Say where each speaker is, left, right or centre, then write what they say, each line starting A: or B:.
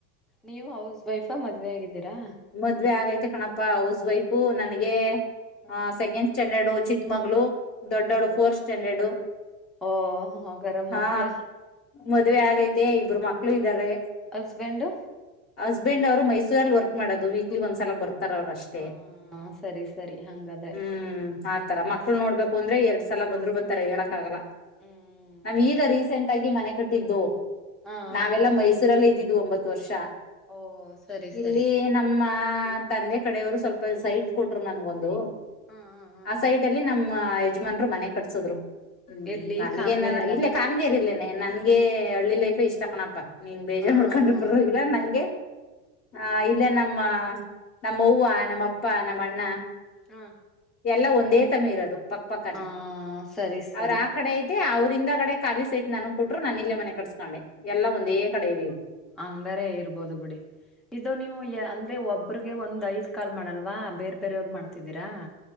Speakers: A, in the centre; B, on the left.
A: ನೀವು ಹೌಸ್ ವೈಫ ಮದ್ವೆ ಆಗಿದ್ದೀರಾ
B: ಮದ್ವೆ ಆಗೈತೆ ಕಣಪಾ ಹೌಸ್ ವೈಫು ನನ್ಗೆ
A: ಹ
B: ಆ ಸೆಕೆಂಡ್ ಸ್ಟ್ಯಾಂಡರ್ಡ್ ಚಿಕ್ಕಮಗಳುರು ದೊಡ್ಡವಳು
A: ಓ
B: ಫೋರ್ತ್ ಸ್ಟ್ಯಾಂಡರ್ಡು
A: ಓ ಹಾಗಾರ
B: ಹಾ
A: ಮಕ್ಳ
B: ಮದ್ವೆ ಆಗೈತಿ ಇಬರು ಮಕ್ಳು ಇದ್ದಾರೆ
A: ಹಸ್ಬಂಡ್
B: ಹಸ್ಬೆಂಡ್ ಅವ್ರು ಮೈಸೂರಲ್ಲಿ ವರ್ಕ್ ಮಾಡೋದು ವೀಕ್ಲಿ ಒಂದ್ ಸಲ ಬರ್ತಾರ ಅವ್ರ ಅಷ್ಟೇ
A: ಹ ಸರಿ ಸರಿ ಹಂಗಾದ್ರೆ
B: ಹ್ಮ್ ಆತರ ಮಕ್ಕಳು
A: ಆಯ್ತು
B: ನೋಡ್ಬೇಕು ಅದ್ರೆ ಎರಡ್ ಸಲ ಬಂದ್ರು ಬತಾರೆ ಹೇಳಕ್ ಆಗಲ್ಲಾ
A: ಹ್ಮ್
B: ನಮ್ ಈಗ ರೀಸೆಂಟ್ ಆಗಿ ಮನೆ ಕಟ್ಟ
A: ಹಾ ಹಾ
B: ನಾವೆಲ್ಲಾ
A: ಹಾ
B: ಮೈಸೂರಲ್ಲೇ ಇದ್ದಿದ್ದು ಒಂಬತ್ತು ವರ್ಷ
A: ಓ ಸರಿ ಸರಿ
B: ಇಲ್ಲಿ ನಮ್ಮ ತಂದೆ ಕಡೆಯವರು ಸ್ವಲ್ಪ ಸೈಟ್ ಕೊಟ್ರು ನನ್ಗೊಂದು
A: ಹಾ ಹಾ ಹಾ
B: ಆ ಸೈಟ ಅಲ್ಲಿ ನಮ್ಮ ಯಜಮಾನ್ರು ಮನೆ ಕಟ್ಸದ್ರು ಹ್ಮ್
A: ಎಲ್ಲಿ
B: ನನ್ಗೇನ
A: ಕಾಮಗೆರೆಲ್ಲ
B: ಇಲ್ಲ ಕಾಮಗೇರಿಲೇನೆ ನನ್ಗೆ ಹಳ್ಳಿ ಲೈಫ್ ಇಷ್ಟ ಕಣಪ್ಪಾ ನೀನ್ ಬೇಜಾರ್
A: ಹಾ
B: ಮಾಡ್ಕೊಂಡ್ಗಲ್ಲ
A: ಹಾ ಹಾ
B: ನಂಗೆ ಹ ಇಲ್ಲ ನಮ್ಮ ನಮ್ಮೂವ ನಮ್ಮ ಅಪ್ಪ ನಮ್ಮ ಅಣ್ಣ
A: ಹಾ
B: ಎಲ್ಲ ಒಂದೇ ತಮ್ಮಿ ಇರೋದು ಪಕ್ಕಪಕ್ಕನೆೇ
A: ಹಾ ಸರಿ ಸರಿ
B: ಅವ್ರ ಆ ಕಡೆ ಮತ್ತೆ ಅವ್ರಂದ ಕಡೆ ಕವಿಿ ಸೈಟ್ ನನಗ್ ಕೊಟ್ಟರು ನನ್ ಇಲ್ಲೇ ಮನೆ ಕಟ್ಸ್ಕೊಂಡೆ ಎಲ್ಲಾ ಒಂದೇ ಕಡೆ ಇ
A: ಹಂಗಾರೇ ಇರ್ಬೋದು ಬಿಡಿ ಇದು ನೀವು ಯ ಅಂದ್ರೆ ಒಬ್ ಒಬ್ಬ್ರಿಗೆ ಒಂದು ಐದು ಕಾಲ್ ಮಾಡಲ್ವಾ ಬೇರೆ ಬೇರೆಯವಿಗೆ ಮಾಡ್ತಿದ್ದೀರಾ